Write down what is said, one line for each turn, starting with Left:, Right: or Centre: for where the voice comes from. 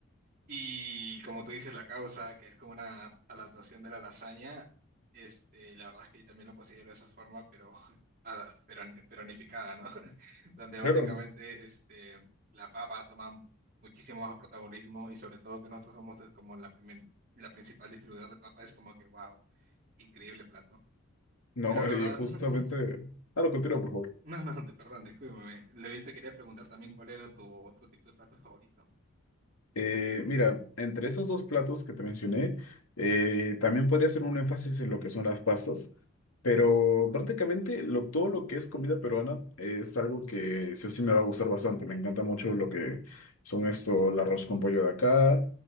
Right: Y como tú dices, la causa, que es como una adap- adaptación de la lasaña, este, la verdad es que yo también lo considero de esa forma, pero, <laughs> ada- pero peronificada, ¿no? <laughs> Donde
Left: Claro,
Right: básicamente este, la papa toma muchísimo más protagonismo y sobre todo que nosotros somos es como la primer, la principal distribuidora de papa, es como que, wow, increíble plato.
Left: no,
Right: Pero la
Left: <laughs> eh,
Right: verdad,
Left: y justamente...
Right: <laughs>
Left: Ah, lo continúo, por favor.
Right: no, no, de- perdón, discúlpame. Lo- Yo te quería preguntar también cuál era tu otro tipo de plato favorito.
Left: Eh, mira, entre esos dos platos que te mencioné, eh, también podría hacer un énfasis en lo que son las pastas, pero prácticamente lo, todo lo que es comida peruana es algo que sí o sí me va a gustar bastante. Me encanta mucho lo que son esto, el arroz con pollo de acá,